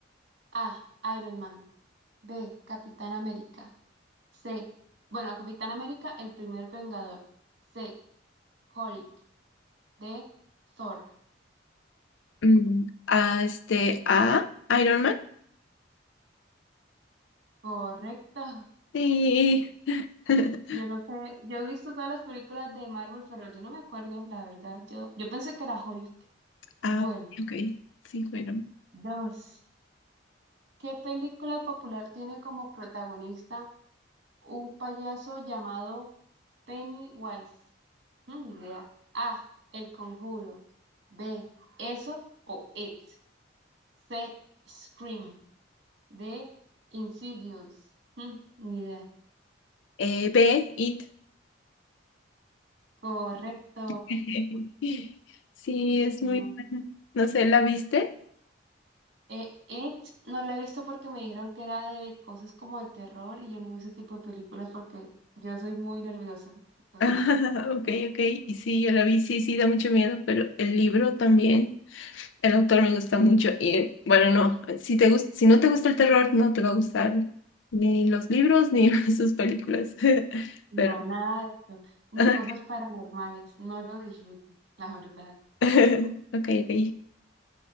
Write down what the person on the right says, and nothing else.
A. Iron Man. B. Capitán América. C. Bueno, Capitán América, el primer Vengador. C. Hulk. de Thor.
Correcto.
Yo no sé, yo he visto todas las películas de Marvel, pero yo no me acuerdo, la verdad. Yo, yo pensé que era Hulk.
Bueno,
dos. ¿Qué película popular tiene como protagonista un payaso llamado Pennywise? Mm, ni idea. A. El Conjuro. B. Eso o It. C. Scream. D. Insidious. Mm, ni idea.
Correcto.
No.
Eh, It no la he visto porque me dijeron que era de cosas como de terror y yo no veo ese tipo de películas porque yo soy muy nerviosa. Entonces
no,
no,
nada de eso. Ni
cosas paranormales. No lo disfruto, la verdad.